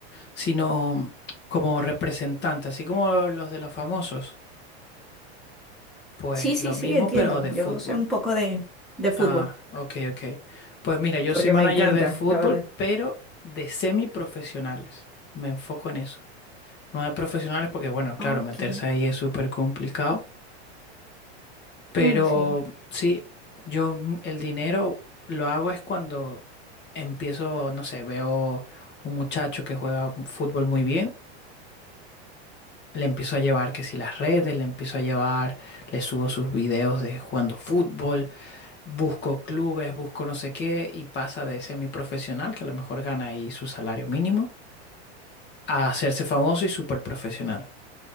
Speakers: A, on the left; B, in the centre.
A: sino como representante, así como los de los famosos. Pues
B: Sí, sí,
A: lo
B: sí,
A: mismo,
B: entiendo.
A: pero de fútbol.
B: Yo sé un poco de, de fútbol,
A: Ah, ok, ok. Pues mira, yo
B: porque
A: soy manager
B: me encanta,
A: de fútbol,
B: la verdad.
A: pero de semiprofesionales. Me enfoco en eso. No de profesionales porque, bueno, claro,
B: Ok.
A: meterse ahí es súper complicado. Pero
B: Oh, sí.
A: sí, yo m- el dinero lo hago es cuando empiezo, no sé, veo un muchacho que juega fútbol muy bien. Le empiezo a llevar que si las redes, le empiezo a llevar, le subo sus videos de jugando fútbol busco clubes, busco no sé qué, y pasa de semiprofesional, que a lo mejor gana ahí su salario mínimo, a hacerse famoso y súper profesional.